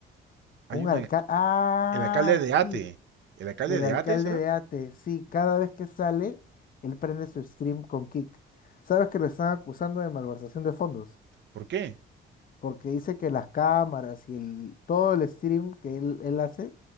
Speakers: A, on the right; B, on the left.
A: Hay
B: Un
A: un
B: alcalde.
A: al-
B: Ah,
A: el alcalde de
B: sí,
A: Ate. ¿El alcalde
B: el
A: de
B: alcalde
A: Ate será?
B: de Ate. Sí, cada vez que sale, él prende su stream con Kick. Sabes que lo están acusando de malversación de fondos,
A: ¿Por qué?
B: porque dice que las cámaras y el, todo el stream que él, él hace